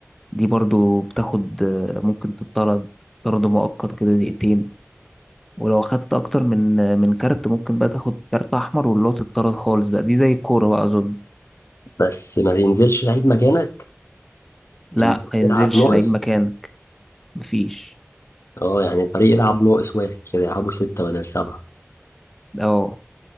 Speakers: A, in the centre; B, on the left (about 65°).
A: دي برضو بتاخد آه، ممكن تطرد طرد مؤقت كده دقيقتين ولو اخدت اكتر من من كارت ممكن بقى تاخد كارت احمر واللي هو تتطرد خالص بقى دي زي الكوره بقى اظن
B: بس ما ينزلش لعيب مكانك
A: لا
B: اللي
A: ما
B: بيلعب
A: ينزلش
B: ناقص
A: لعيب مكانك مفيش
B: اه يعني الفريق يلعب ناقص واحد كده يلعبوا ستة بدل سبعة
A: اه